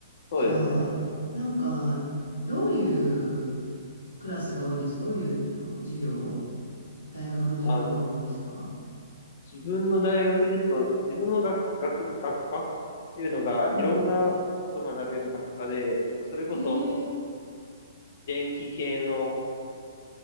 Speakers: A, on the left (about 50°); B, on the left (about 85°).
A: そうですね。
B: じゃあ、なんか、どういうクラスが多いんですかどういうあの授業大学の授業が多いんですか
A: あ、自分の大学ですと、自分の学、学、学科っていうのが、
B: うん。
A: いろんなことを学べる学科で、それこそ、
B: ええ
A: 電気系の、